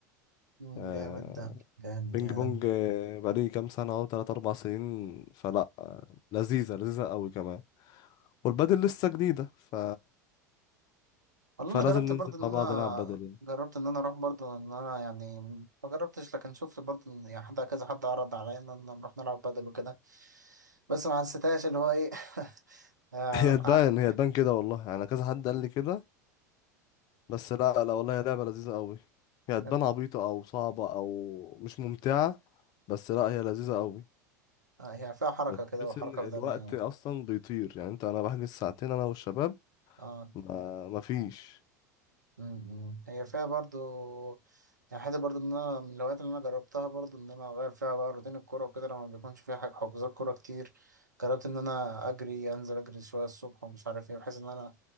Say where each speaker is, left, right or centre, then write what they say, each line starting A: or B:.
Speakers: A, on the right (about 80°); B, on the left (about 45°).
A: مم،
B: آه
A: جامد ده جامد
B: بينج
A: يعني
B: بونج آه، بقالي كام سنة أهو تلات أربع سنين فلا آه، لذيذة لذيذة أوي كمان والبدل لسه جديدة ف
A: والله
B: فلازم
A: انا جربت
B: ننزل
A: برضه ان
B: مع
A: انا
B: بعض نلعب بدل يعني.
A: جربت ان انا اروح برضه ان انا يعني ما جربتش لكن شفت برضه إن يعني حد كذا حد عرض عليا ان أنا نروح نلعب بدل وكده بس ما حسيتهاش اللي هو ايه <laughs> آه
B: هي تبان
A: آه
B: هي تبان كده والله يعني كذا حد قال لي كده بس لا لا والله هي لعبة لذيذة قوي هي تبان
A: آه.
B: عبيطة او صعبة او مش ممتعة بس لا هي لذيذة قوي
A: آه هي فيها حركة
B: بتحس
A: كده وحركة
B: ان الوقت
A: بدنية
B: اصلا بيطير يعني انت انا بحجز ساعتين انا والشباب
A: اه
B: ما ما فيش
A: م- م. هي فيها برضو يعني حاجة برضو إن أنا من الهوايات اللي أنا جربتها برضو إن أنا أغير فيها بقى روتين الكورة وكده لما بيكونش فيها حاجة حجوزات كورة كتير جربت إن أنا أجري أنزل أجري شوية الصبح ومش عارف إيه بحيث إن أنا